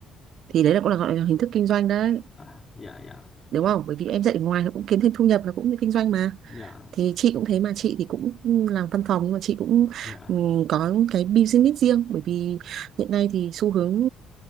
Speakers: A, on the right; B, on the left.
A: thì đấy là cũng là gọi là hình thức kinh doanh đấy
B: à, dạ dạ
A: đúng không bởi vì em dạy ở ngoài nó cũng kiếm thêm thu nhập nó cũng là kinh doanh mà
B: dạ
A: thì chị cũng thế mà chị thì cũng làm văn phòng nhưng mà chị cũng
B: dạ
A: ừm, có cái business riêng bởi vì hiện nay thì xu hướng